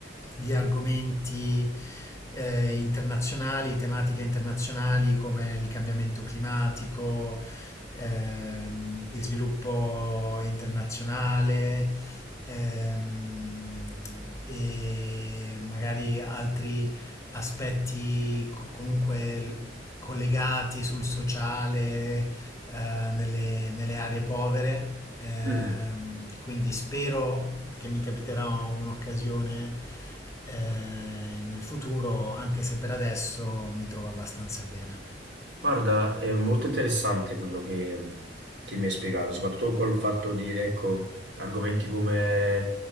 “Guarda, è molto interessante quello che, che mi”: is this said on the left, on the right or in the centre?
Right